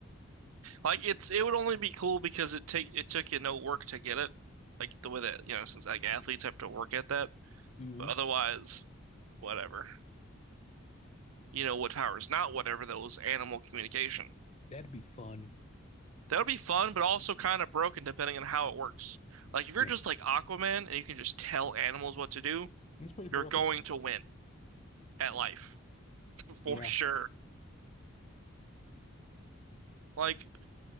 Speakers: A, on the right (about 80°); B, on the left (about 30°).
A: Like it's it would only be cool because it take it took you no work to get it. Like the way that, you know, since like athletes have to work at that,
B: hmm
A: but otherwise whatever. You know what power is not whatever though is animal communication.
B: That'd be fun.
A: That would be fun, but also kind of broken depending on how it works. Like if you're
B: Yeah,
A: just like Aquaman and you can just tell animals what to do,
B: it's pretty broken.
A: you're going to win at life <laughs> for
B: Yeah,
A: sure. Like